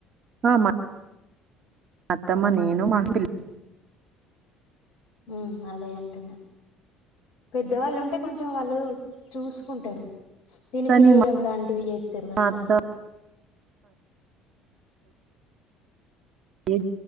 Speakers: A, on the right; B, on the left.
A: మా అత్తమ్మ నేను మా పిల్లల్
B: ఉ అదే అంటున్నాను పెద్దవాళ్ళు ఉంటే కొంచెం వాళ్ళు చూసుకుంటారు తినిపియడం
A: కానీ మా
B: లాంటివి ఎత్తరు గట్లని
A: అత్త ఏ